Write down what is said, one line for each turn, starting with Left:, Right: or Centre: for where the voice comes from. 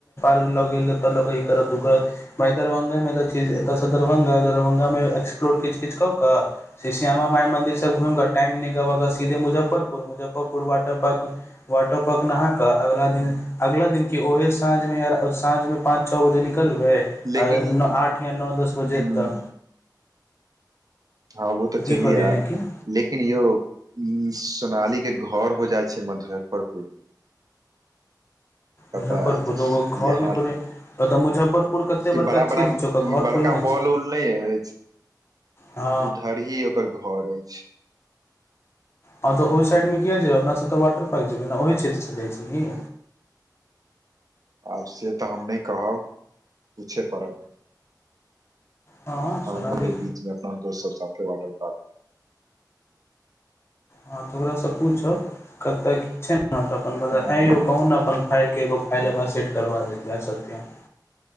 Left: उरक लऽ गेल तऽ ह करत ओ करत भाई दरभंगा मे तऽ छी दरभंगा दरभंगा मे एक्सप्लोर किच किच कऽ से श्यामा माय मन्दिर सब घुमि कऽ टाइम न द कऽ ग सीधे Muzaffarpur, Muzaffarpur water park water park नहा कऽ अगला दिन अगला दिन कि ओहे साँझमे य साँझमे पाँच। छओ बजे निकलबै
Right: लेकिन
Left: आ
Right: ई
Left: आठ या नओ दस
Right: हूँ
Left: बजे तक
Right: हँं वो तऽ चली
Left: की कहलियै
Right: याब
Left: लेकिन
Right: लेकिन यौ ई सोनाली के घर हो जाइ छै मजफ्फरपुर पता
Left: मुजफ्फरपुरगो
Right: अछि
Left: घर
Right: यहाँ
Left: मे थोड़े बता मुजफ्फरपुर कते
Right: ई
Left: बड़का
Right: बड़ा
Left: क्षेत्र
Right: बड़ा
Left: ओकर
Right: ई
Left: घर
Right: बड़का
Left: थोड़े ने
Right: मॉल
Left: छै
Right: उल नहि अछि।
Left: हँ
Right: उधर ही ओकर घर अछि।
Left: हँ तऽ ओहि साइडमे कियाल जेबै अपना सभ तऽ वाट पार्क जेबै ने ओहि क्षेत्रसँ जाइ छैै की।
Right: आब से तऽ हम नहि कहब पूछे पड़त।
Left: हँ
Right: आ
Left: सोनाली
Right: बीचमे अपना दस्त सब साथे वाटर पॉर्क
Left: हँ तऽ ओकासँ पूछब कतय छै ने त अपन ब
Right: हूँ
Left: आएं कहू ने अपन फाइलके एगो फाइल हमरा सेट करबा देत आ सत्यम ह।